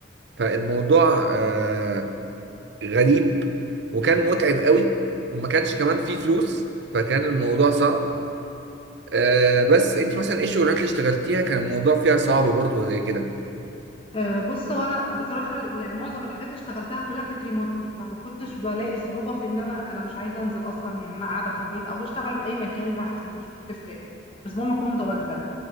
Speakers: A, on the right; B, on the left.
A: فالموضوع آه غريب وكان متعب قوي وما كانش كمان فيه فلوس فكان الموضوع صعب آه بس انت مثلا ايه الشغلانات اللي اشتغلتيها كان الموضوع فيها صعب برضو زي كده
B: آه، بص هو انا بصراحه يعني معظم الحاجات اللي اشتغلتها كلها كانت ريموتلي فما كنتش بلاقي صعوبه في ان انا انا مش عايزه انزل اصلا يعني انا قاعده في البيت او اشتغل من اي مكان براحتي مش بتفرق بس المهم اكون متواجده